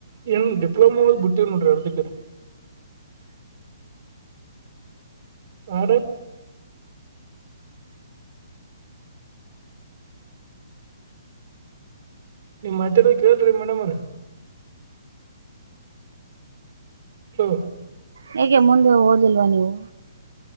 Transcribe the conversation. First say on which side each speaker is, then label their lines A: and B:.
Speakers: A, on the right (about 45°); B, on the right (about 80°).
A: ಏನ್ ಡಿಪ್ಲೊಮಾವ ಬಿಟ್ಟಿ ನೋಡ್ರಿ ಇರ್ದಕ್ಕ ಯ ನಿಮ್ ಮಾತ್ತರ ಕೇಳ್ರಿ ಮೇಡಮ್ ಅವ್ರ ಹ
B: ಹಏಗೆೆ ಮುಂದೆ ಓದಿಲ್ವಾ ನೀವು